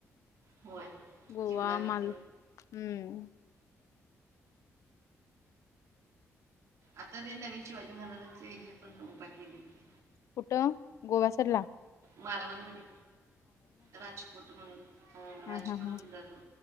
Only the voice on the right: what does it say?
होय
चिवला बीच
आता ते नवीन शिवाजी महाराजांचे हे पण उबा केलेय की.
मालवण मध्ये, राजपूट म्हणून, अ
राजपूट
बंदाऱ्या जवळ.